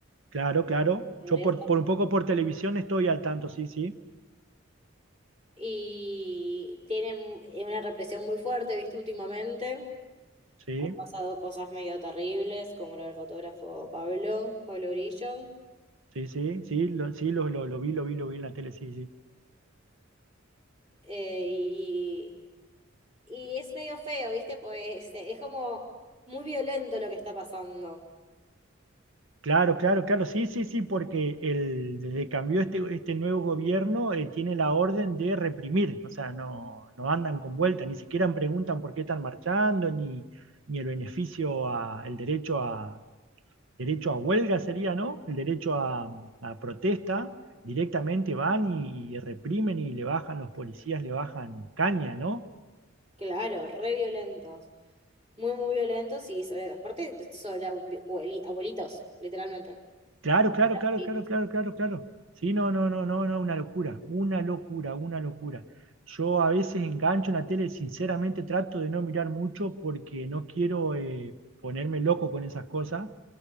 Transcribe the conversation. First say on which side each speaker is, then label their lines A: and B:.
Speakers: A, on the right; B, on the right.
A: Claro, claro.
B: Congreso,
A: Yo por, por un poco por televisión estoy al tanto, sí, sí.
B: y tienen eh, una represión muy fuerte, ¿viste? Últimamente
A: Sí,
B: han pasado cosas medio terribles, como lo del fotógrafo Pablo, Pablo Grillo,
A: sí, sí, sí, lo, sí, lo, lo, lo vi, lo vi, lo vi en la tele, sí, sí.
B: eh, y, y es medio feo, ¿viste? Pues eh, es como muy violento lo que está pasando.
A: Claro, claro, claro, sí, sí, sí, porque el, desde que cambió este, este nuevo gobierno eh, tiene la orden de reprimir, o sea, no, no andan con vuelta, ni siquiera preguntan por qué están marchando, ni, ni el beneficio, a, el derecho a, derecho a huelga sería, ¿no? El derecho a, a protesta, directamente van y, y reprimen y le bajan los policías, le bajan caña, ¿no?
B: Claro, re violento. Muy, muy violentos y sobre, aparte sobre abu- jueli- abuelitos, literalmente.
A: Claro, claro,
B: Sobre
A: claro,
B: abuelitos.
A: claro, claro, claro, claro. Sí, no, no, no, no, no, una locura, una locura, una locura. Yo a veces engancho en la tele, sinceramente trato de no mirar mucho porque no quiero eh, ponerme loco con esas cosas.